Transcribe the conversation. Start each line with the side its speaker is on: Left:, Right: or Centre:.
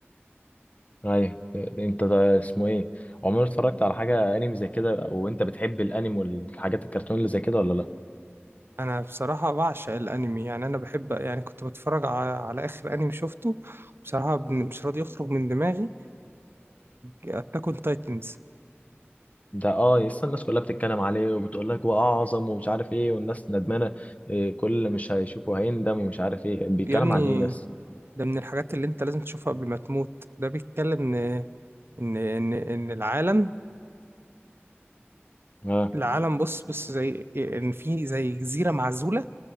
Left: ايوه انت ده اسمه ايه عمرك اتفرجت على حاجة انمي زي كده وانت بتحب الانمي والحاجات الكرتون اللي زي كده ولا لا
Right: انا بصراحة بعشق الانمي يعني انا بحب يعني كنت بتفرج على, على اخر انمي شفته بصراحة بن- مش راضي يخرج من دماغي اتاك اون تايتنز
Left: ده اه لسه الناس كلها بتتكلم عليه وبتقول لك واعظم ومش عارف ايه والناس ندمانه إيه كل اللي مش هيشوفه هيندم ومش عارف ايه بيتكلم
Right: يا ابني
Left: عن ايه بس
Right: ده من الحاجات اللي انت لازم تشوفها قبل ما تموت ده بيتكلم ان ان ان, إن العالم
Left: اه
Right: العالم بص بص زي ان في زي جزيره معزوله